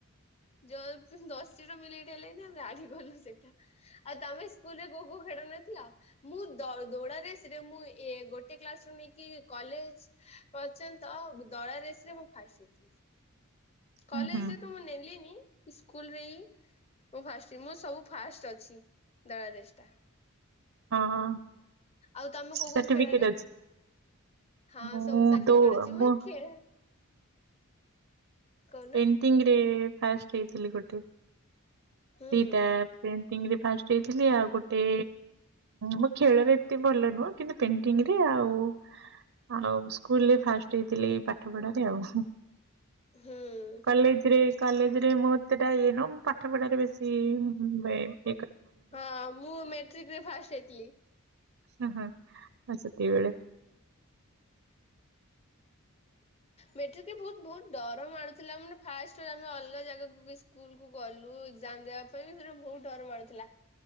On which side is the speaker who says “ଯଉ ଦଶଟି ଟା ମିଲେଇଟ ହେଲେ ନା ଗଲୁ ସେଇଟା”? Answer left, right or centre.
Left